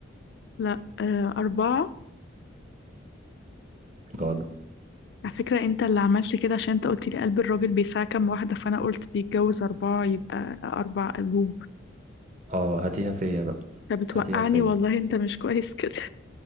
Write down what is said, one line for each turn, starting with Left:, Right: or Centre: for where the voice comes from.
Left: لا آه أربعة
Right: غلط
Left: على فكرة انت اللي عملت كده عشان انت قلت لي قلب الراجل بيساع كام واحدة فانا قلت بيتجوز اربعة يبقى اربع قلوب
Right: اه هاتيها فيا بقى
Left: انت بتوقعني
Right: هاتيها فيا
Left: والله انت مش كويس كده